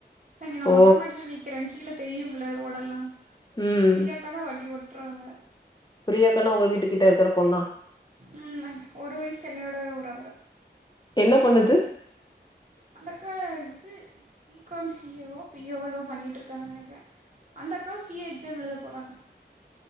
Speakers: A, on the right; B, on the left.
A: நா இங்க
B: ஓ
A: மொட்ட மாடில நிக்குறே கீழ தெரியும்ல ரோடெல்லா
B: ம்
A: பிரியாக்காதா வண்டி ஓட்டு ட்ராங்க
B: பிரியாக்கானா ஒங்க வீட்டுக்கிட்ட இருக்க பொண்ணா
A: உம் ஒரு வயசு என்னையோட ஒரு
B: என்ன பண்ணுது
A: அந்த அக்கா இது பி கம் சி ஏ ஓ பி ஏ ஓ ஏதோ பண்ணிட்டு இருக்காங்கன்னு நெனக்குறே அந்த அக்காவ சிஏ எக்ஸாம் எழுத போறாங்க